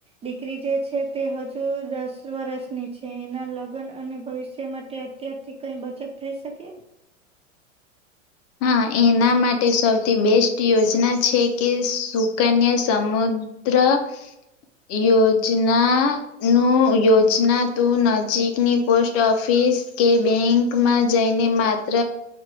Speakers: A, on the right (about 15°); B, on the left (about 40°).
A: દીકરી જે છે તે હજુ દસ વર્ષની છે, એના લગ્ન અને ભવિષ્ય માટે અત્યારથી કંઈ. બચત થઈ શકે.
B: હા એના માટે સૌથી બેસ્ટ યોજના છે, કે સુકન્યા સમુદ્ર અ્ર <unintelligible> <inaudible> યોજના નું યોજના તું નજીકની પોસ્ટ ઓફિસ પોસ કે બેંકમાં જઈને માત્ર